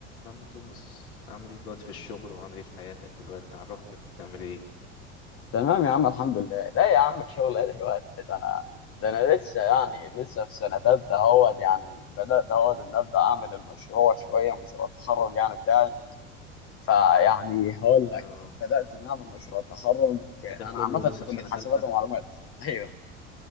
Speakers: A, on the left (about 65°); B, on the left (about 40°).
A: عم توماس عامل ايه دلوقتي في الشغل وعامل ايه في حياتك دلوقتي عرفني انت بتعمل ايه
B: تمام يا عم الحمد لله لا يا عم الشغل ايه دلوقتي ده انا ده انا لسه يعني لسه في سنه تالتة اهوت يعني بدات اهوت ان ابدا اعمل المشروع شويه مشروع التخرج يعني بتاعي فيعني هقول لك
A: آه
B: بدات ان اعمل مشروع التخرج
A: ده ده
B: انا
A: كله
B: عامه
A: لسه
B: في
A: في
B: كليه
A: سنة
B: حاسبات
A: تالتة
B: ومعلومات ايوه